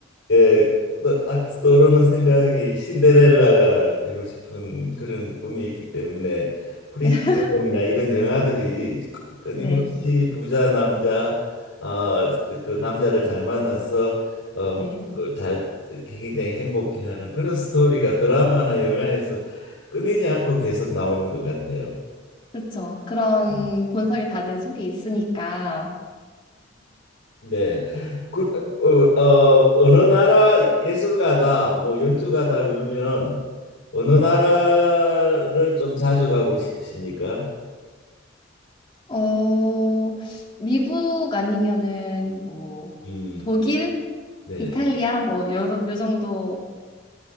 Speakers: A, on the left; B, on the left.
A: 예, 또- 딱 떠오르는 생각이 신데렐라가 되고 싶은 그런 꿈이 있기 때문에 프리티
B: <laughs>
A: 우먼이나 이런 영화들이 끊- 끊임없이
B: 네,
A: 부자 남자 아, 그그 남자를 잘 만나서 어,
B: 네,
A: 그잘 굉장히 행복해하는 그런 스토리가 드라마나 영화에서 끊이지 않고 계속 나오는 것 같아요.
B: 그렇죠. 그런
A: 음.
B: 본성이 다들 속에 있으니까
A: 네, 그,
B: 음.
A: 어, 어, 어느 나라 예술가다, 뭐 연주가다 그러면 어느 나라를 좀 자주 가고 싶으십니까?
B: 어, 미국 아니면은 뭐
A: 음,
B: 독일,
A: 네.
B: 이탈리아 뭐 요, 요 정도면